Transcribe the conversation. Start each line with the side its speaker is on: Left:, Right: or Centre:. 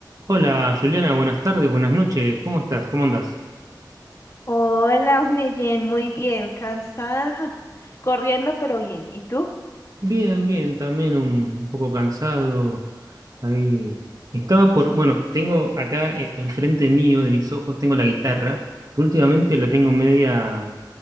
Right: Hola Juliana, buenas tardes, buenas noches, ¿cómo estás? ¿Cómo andás?
Left: Hola, <laughs> Oneyen, muy bien, cansada, ja, corriendo, pero bien. ¿Y tú?
Right: Bien, bien, también un poco cansado. Ahí estaba por, bueno, tengo acá enfrente mío, de mis ojos, tengo la guitarra, que últimamente la tengo media,